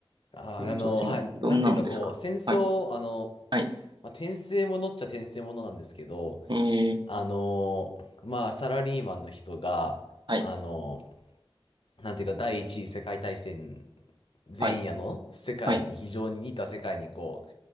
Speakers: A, on the left (about 70°); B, on the right (about 55°).
A: あー、
B: 甲状腺、
A: あの、はい、
B: どんなのですかはい、
A: なんていうかこう、戦争、あの、
B: はい、
A: まあ、転生ものっちゃ転生ものなんですけど、
B: えー、
A: あの、まあ、サラリーマンの人が、
B: はい、
A: あの、なんていうか、第一次世界大戦前夜の世界に、
B: はい、はい、
A: 非常に似た世界にこう、